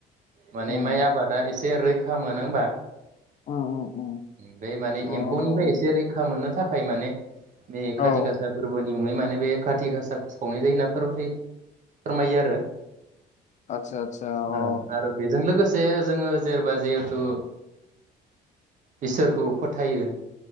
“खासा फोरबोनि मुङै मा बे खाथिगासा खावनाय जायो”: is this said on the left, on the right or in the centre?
Right